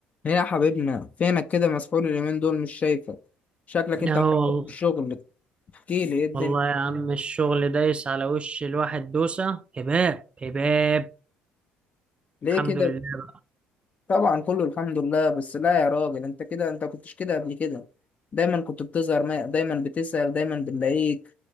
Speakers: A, on the left (about 40°); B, on the right (about 30°).
A: ايه يا حبيبنا فينك كده مسحول اليومين دول مش شايفك شكلك
B: اه
A: انت مسحول
B: والله
A: في الشغل احكي لي ايه الدنيا
B: والله يا عم الشغل دايس على وش الواحد دوسة هباب هباب
A: ليه
B: الحمد
A: كده
B: لله بقى
A: طبعا كله الحمد لله بس لا يا راجل انت كده انت كنتش كده قبل كده دايما كنت بتظهر ما... دايما بتسأل دايما بنلاقيك